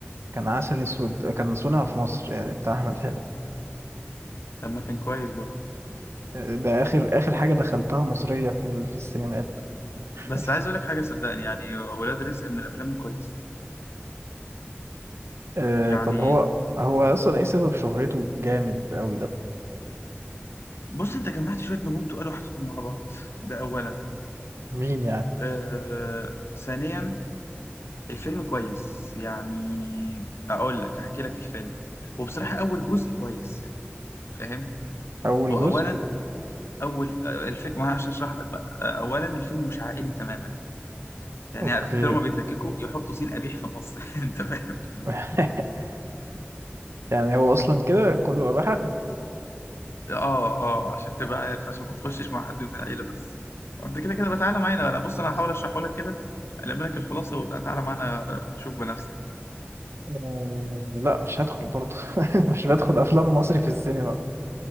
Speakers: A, on the right (about 75°); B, on the left (about 70°).
A: كان عسل اسود كان صنع في مصر يعني بتاع احمد حلمي
B: طب ما كان كويس برضه
A: آه، ده اخر اخر حاجه دخلتها مصريه في ال- في السينمات <laughs>
B: بس عايز اقول لك حاجة صدقني يعني ولاد رزق من الافلام الكويسة
A: آه
B: يعني
A: طب هو هو اصلا ايه سبب شهرته جامد قوي ده
B: بص انت جمعت شوية نجوم تقال وحطيتهم مع بعض ده اولا
A: مين يعني
B: آه ثانيا الفيلم كويس يعني اقول لك احكي لك الفيلم وبصراحة اول جزء كويس فاهم
A: اول
B: هو
A: جزء
B: اولا اول آه، الفيلم ما أنا عشان اشرح لك بقى آه، اولا الفيلم مش عائلي تماما يعني
A: اوكي
B: عارف انت لما بيتلككوا يحطوا سين قبيح في النص <laughs> انت فاهم
A: <laughs> يعني هو اصلا كده كله اباحه
B: اه اه عشان تبقى عارف عشان ما تخشش مع حد من العيلة بس انت كده كده بقى تعالى معانا انا بص انا هحاول اشرحه لك كده الم لك الخلاصة وبتاع تعالى معانا آه، شوف بنفسك
A: آه، لا مش هدخل برضه <laughs> مش بدخل افلام مصري في السينما